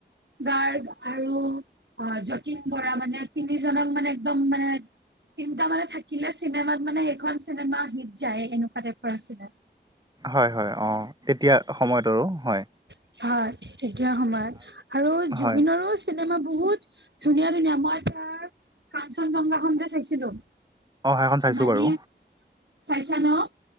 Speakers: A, on the right; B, on the right.
A: গাৰ্গ আৰু অহ যতীন বৰা মানে তিনিজনক মানে একদম মানে তিনটা মানে থাকিলে চিনেমাত মানে সেইখন চিনেমা হিট যায় সেনেকুৱা টাইপৰ আছিলে।
B: হয় হয় অহ, এতিয়া সময়ত আৰু হয়।
A: হয়, তেতিয়া সময়ত আৰু জুবিনৰো
B: হয়
A: চিনেমা বহুত ধুনীয়া ধুনীয়া, মই তাৰ কাঞ্চন জংঘা খন যে চাইছিলো।
B: অ সেইখন চাইছো
A: মানে
B: বাৰু
A: চাইছা নহ